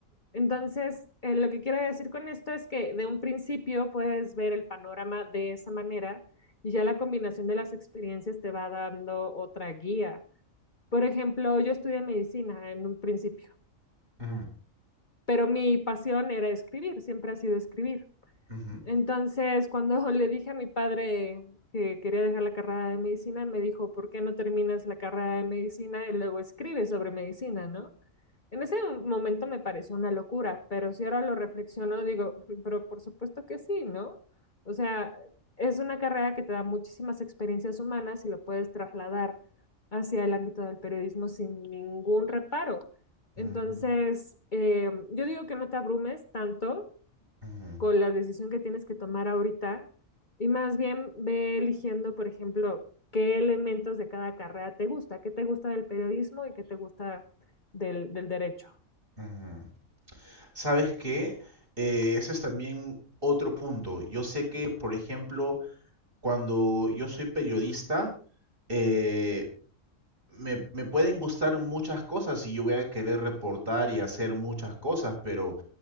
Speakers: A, on the left (about 35°); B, on the right (about 40°).
A: Entonces, eh, lo que quiero decir con esto es que de un principio puedes ver el panorama de esa manera y ya la combinación de las experiencias te va dando otra guía. Por ejemplo, yo estudié medicina en un principio.
B: ujú,
A: Pero mi pasión era escribir, siempre ha sido escribir.
B: ujú,
A: Entonces, cuando <laughs> le dije a mi padre que quería dejar la carrera de medicina, me dijo, ¿por qué no terminas la carrera de medicina y luego escribes sobre medicina, ¿no? En ese momento me pareció una locura, pero si ahora lo reflexiono, digo, "Mm, pero por supuesto que sí, ¿no? O sea, es una carrera que te da muchísimas experiencias humanas y lo puedes trasladar hacia el ámbito del periodismo sin ningún reparo. Entonces,
B: ujú,
A: eh, yo digo que no te abrumes tanto
B: ujú,
A: con la decisión que tienes que tomar ahorita y más bien ve eligiendo, por ejemplo, qué elementos de cada carrera te gusta, qué te gusta del periodismo y qué te gusta del, del derecho.
B: ujú. ¿Sabes qué? Eh, ese es también otro punto. Yo sé que, por ejemplo, cuando yo soy periodista, eh, me, me pueden gustar muchas cosas y yo voy a querer reportar y hacer muchas cosas, pero